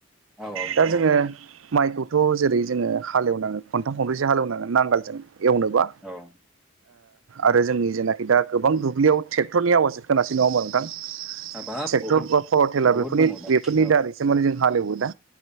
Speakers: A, in the centre; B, on the right.
A: औ औ नोंथां
B: दा जोङो
A: औ
B: माइखौथ' जेरै जोङो हालेवनांओ खनथाम खनब्रैसो हालेवनाङो नांगोलजों एवनोबा
A: औ औ
B: आरो जोंनि जेनाखि दा गोबां दुब्लियाव <inaudible> ट्रेक्टरनि आवाजजों होनोनासो नङ होमा नोंथां <inaudible>
A: हाबाब
B: ट्रेक्टर
A: बहुद
B: बा पावार टेलार
A: बहुद
B: बेफोरनि
A: दङ दा
B: बेफोरनि
A: औ
B: दारैसो माने जों हालेवो दा